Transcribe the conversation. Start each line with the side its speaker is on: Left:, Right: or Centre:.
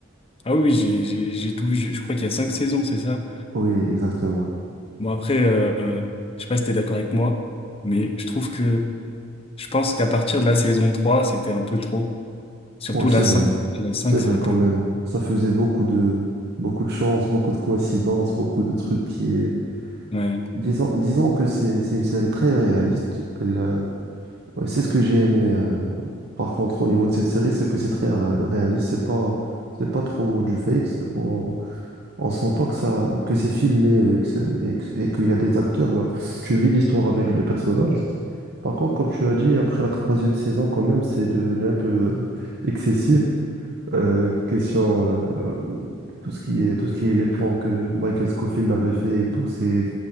Left: Ah oui, oui, j'ai j'ai- j'ai tout vu. Je je crois qu'il y a cinq saisons, c'est ça?
Right: Oui, exactement.
Left: Bon, après, euh, je sais pas si t'es d'accord avec moi, mais je trouve que je pense qu'à partir de la saison 3 c'était un peu trop. Surtout
Right: Ouais, c'est
Left: la
Right: vrai.
Left: cinq la 5
Right: C'est vrai
Left: c'est un
Right: quand
Left: peu.
Right: même. Ça faisait beaucoup de beaucoup de chance, beaucoup de coïncidences, beaucoup de trucs qui. euh,
Left: ouais.
Right: Disons, disons que c'est c'est une série très réaliste. Elle, euh, ouais, c'est ce que j'ai aimé. euh, par contre, au niveau de cette série, c'est que c'est très ré- réaliste. C'est pas c'est pas trop du fake. c'est- On on sent pas que ça que c'est filmé euh, que c'est- et que- et qu'il y a des acteurs. bah, tu vis l'histoire avec les personnages. Par contre, comme tu as dit, après la troisième saison, quand même, c'est devenu un peu euh, excessif. Euh, question, euh, euh, tout ce qui est, tout ce qui est les plans que Michael Scofield avait fait et tout, c'est,